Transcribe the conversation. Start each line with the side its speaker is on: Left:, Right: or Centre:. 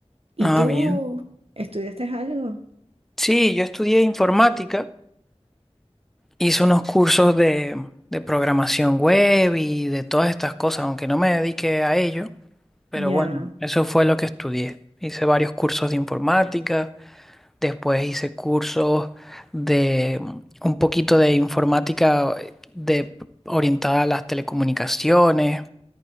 Right: ¿Y
Centre: Ah,
Right: tú
Centre: bien.
Right: estudiaste algo?
Centre: Sí, yo estudié informática. Hice unos cursos de, de programación web y de todas estas cosas, aunque no me dediqué a ello. Pero
Right: Ya,
Centre: bueno, eso fue lo que estudié. Hice varios cursos de informática, después hice cursos de mm, un poquito de informática eh, de, orientada a las telecomunicaciones.